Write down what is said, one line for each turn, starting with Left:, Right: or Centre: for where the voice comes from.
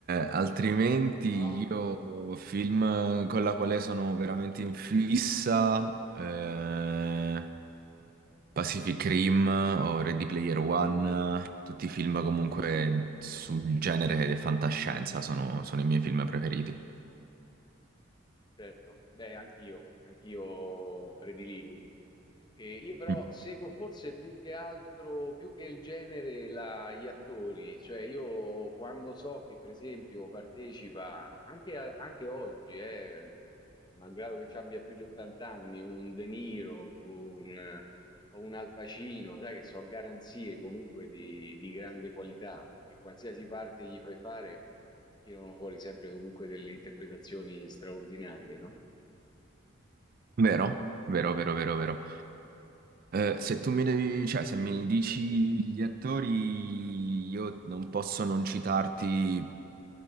Right: altrimenti
Left: No.
Right: io film con la quale sono veramente in fissa, eh, Pacific Rim o Ready Player One, tutti i film comunque sul genere di fantascienza sono, sono i miei film preferiti.
Left: Certo, beh, anch'io, anch'io prediligo. E io però
Right: Mm.
Left: seguo forse più che altro, più che il genere, la- gli attori, cioè io quando so che per esempio partecipa, anche, a- anche oggi, eh, malgrado che ci abbia più di 80 anni, un De Niro o un, o un Al Pacino, sai che sono garanzie comunque di, di grande qualità, che qualsiasi parte gli fai fare Tirano fuori sempre comunque delle interpretazioni straordinarie, no?
Right: Vero? Vero, vero, vero, vero. Eh, se tu mi devi, cioè, se mi dici gli attori, io non posso non citarti